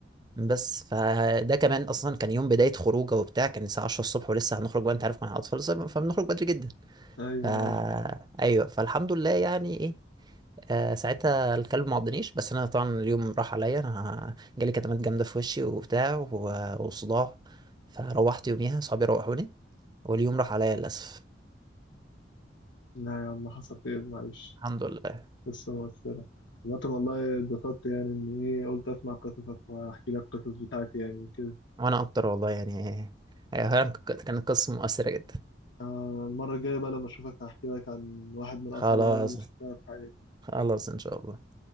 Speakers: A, on the right; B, on the left.
A: بس فده كمان اصلا كان يوم بدايه خروجه وبتاع كان الساعه 10 الصبح ولسه هنخرج بقى انت عارف مع الاطفال فبنخرج بدري جدا
B: أيوة
A: فا
B: أنا عارف
A: ايوه فالحمد لله يعني ايه آه، ساعتها الكلب ما عضنيش بس انا طبعا اليوم راح عليا انا جالي كدمات جامده في وشي وبتاع و- وصداع فروحت يوميها صحابي روحوني واليوم راح عليا للاسف
B: لا يا عم حصل خير معلش
A: الحمد لله
B: قصة مؤثرة عامة والله اتبسطت يعني إن إيه قلت أسمع قصصك وأحكي لك القصص بتاعتي يعني وكده
A: وانا اكتر والله يعني هي هي كانت قصه مؤثره جدا
B: آه المرة الجاية بقى لما أشوفك هحكي لك عن واحد من
A: خلاص
B: أصعب الأيام اللي شفتها في حياتي
A: خلاص ان شاء الله